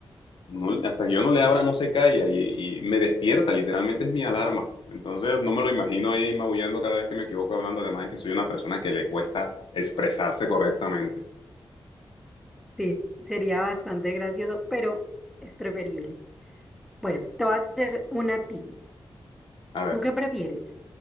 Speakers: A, on the left; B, in the centre.
A: no- hasta que yo no le abra no se calla y, y me despierta, literalmente es mi alarma. Entonces no me lo imagino ahí maullando cada vez que me equivoco hablando, además es que soy una persona que le cuesta expresarse correctamente.
B: Sí, sería bastante gracioso, pero es preferible. Bueno, te voy a hacer una a ti.
A: A ver,
B: ¿Tú qué prefieres?